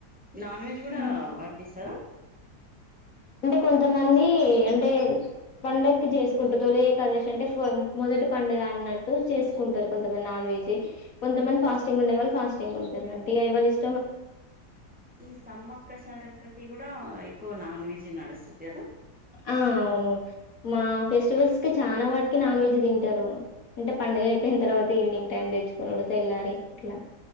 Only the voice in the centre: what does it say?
నాన్ వెజ్ గుడా
వర్తిస్తదా?
అచ్చ
ఈ సమ్మక్క సారక్కకి గూడా ఎక్కువ నాన్ వెజ్ జి నడుస్తది గదా